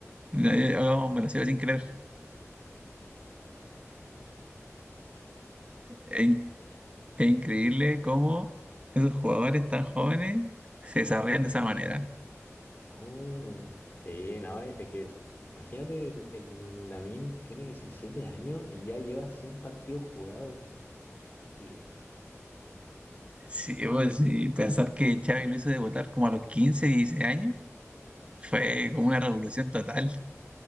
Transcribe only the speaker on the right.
No, yo- yo me lo sigo sin creer. Es, in- es increíble cómo esos jugadores tan jóvenes se desarrollan de esa manera.
Sí,
pues sí, pensar que Xavi lo hizo debutar como a los 15 16 años fue como una revolución total.